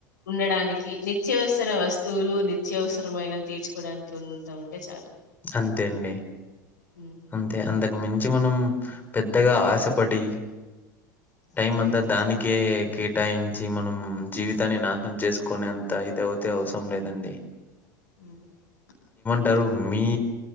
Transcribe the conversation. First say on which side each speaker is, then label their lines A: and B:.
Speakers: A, on the left (about 75°); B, on the left (about 20°).
A: ఉండడానికి ని త్యవసర వస్తువులు నిత్యవసరమైన తీర్చుకోవడానికి ఎంత ఉంటే చాలు
B: అంతేయండి.
A: హ్మ్.
B: అంతే అంతకుమించి మనం పెద్దగా ఆశపడి టైం
A: హ్మ్.
B: అంతా దానికే కేటాయించి మనం జీవితాన్ని నా నం చేస్కునే అంత ఇది అవుతే అవసరం లేదండి.
A: మ్
B: టరు మీ